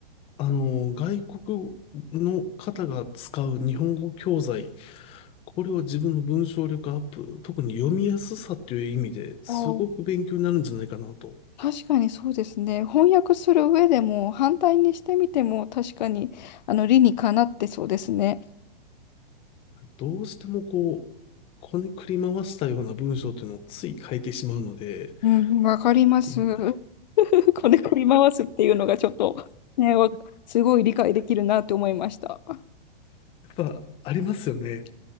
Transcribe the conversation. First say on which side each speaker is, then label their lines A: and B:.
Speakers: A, on the left; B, on the left.
A: あの、外国の方が使う日本語教材、これは自分の文章力アップ、特に読みやすさっていう意味ですごく勉強になるんじゃないかなと
B: あー確かにそうですね。翻訳する上でも、反対にしてみても、確かに、あの、理にかなってそうですね。
A: どうしてもこう、こねくり回したような文章っていうのをつい書いてしまうので、
B: うん、わかります。
A: うん
B: <laughs> こねくり回すっていうのがちょっと、ね、わすごい理解できるなと思いました。
A: やっぱありますよね。